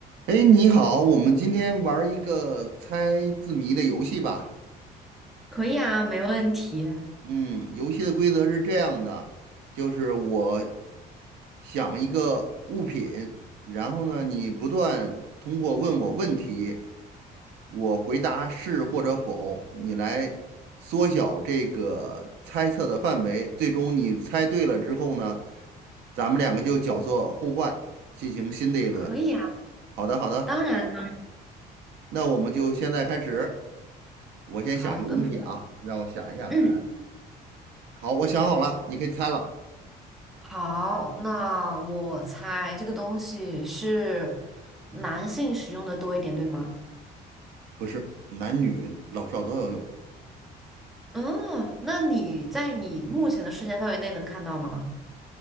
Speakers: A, on the right; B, in the centre.
A: 哎，你好，我们今天玩儿一个猜字谜的游戏吧。
B: 可以啊，没问题，
A: 嗯，游戏的规则是这样的，就是我想一个物品，然后呢，你不断通过问我问题，我回答是或者否，你来缩小这个猜测的范围。最终你猜对了之后呢，咱们两个就角色互换，进行新的一轮。
B: 可以啊，
A: 好的，好的，
B: 当然呢，
A: 那我们就现在开始。我先想一个东西啊，
B: 好的，没
A: 让我想一想看。
B: 嗯，
A: 好，我想好了，你可以猜了。
B: 好，那我猜这个东西是男性使用的多一点，对吗？
A: 不是，男女老少都要用。
B: 嗯，那你在你目前的视线范围内能看到吗？